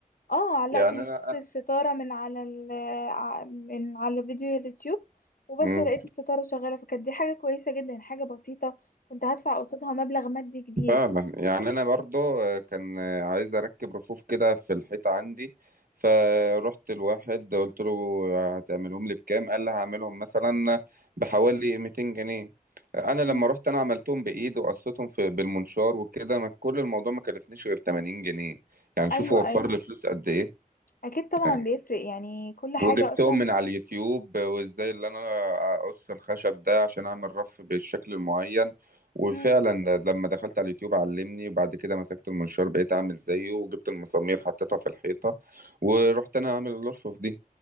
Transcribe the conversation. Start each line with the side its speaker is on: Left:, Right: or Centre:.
Left: اه علقت
Right: يعني
Left: مفك
Right: انا
Left: الستارة من على ال ع- من على فيديو اليوتيوب وبس
Right: امم
Left: ولقيت الستارة شغالة فكانت دي حاجة كويسة جدا حاجة بسيطة كنت هدفع قصادها مبلغ مادي كبير
Right: فعلا يعني انا برضو آه، كان آه، عايز اركب رفوف كده في الحيطه عندي فروحت الواحد قلت له آه، هتعملهم لي بكام قال لي هعملهم مثلا بحوالي 200 جنيه انا
Left: مم.
Right: لما رحت انا عملتهم بايد وقصتهم في بالمنشار وكده ما- كل الموضوع ما كلفنيش غير 80 جنيه يعني
Left: ايوه
Right: شوف وفر
Left: ايوه
Right: لي فلوس قد ايه
Left: اكيد طبعا
Right: يعني
Left: بيفرق يعني كل حاجة
Right: وجبتهم
Left: اصلا
Right: من على اليوتيوب وازاي اللي انا اقص الخشب ده عشان اعمل رف بالشكل المعين وفعلا
Left: مم.
Right: لما دخلت على اليوتيوب علمني وبعد كده مسكت المنشار بقيت اعمل زيه وجبت المسامير حطيتها في الحيطة ورحت انا اعمل الرف دي